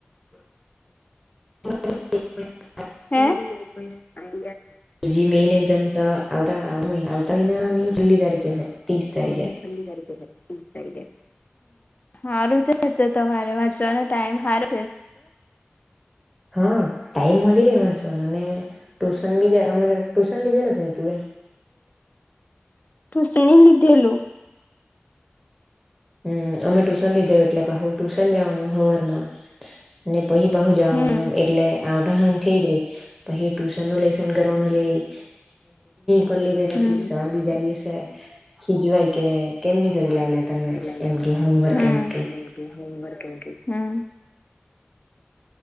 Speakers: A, in the centre; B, on the left.
A: <inaudible>
B: હે.
A: જે મેન એક્ઝામ આવ આવતા મહિનાની છેલ્લી તારીખે ત્રીસ તારીખ
B: છેલ્લી તારીખે છે, ત્રીસ તારીખે હારું તો તમારે વાંચવાનો ટાઈમ હારો
A: હા ટાઈમ મલે મલે વાચવાનો ને ટુશન બી ટુશન લીધેલુ કેની તું એ <unintelligible>
B: સિંહ લીધેલું
A: હમ અમે ટ્યુશન લીધેલ એટલે પાહુ ટુશન જવાનું હોવરમાં પહી પાહુ જવાનું
B: હમ
A: એમ એટલે આવડાહન થઈ જ રહી પહી ટ્યુશન નું લેસન કરવાનું રેય કરી લીધે
B: હમ
A: તો પછ સર બીજા દિવસે ખીજવાય કે કેમની કરી લાવેલા તમે
B: હમ્મ,
A: એમ કે હોમવર્ક એમ કે
B: હમ્મ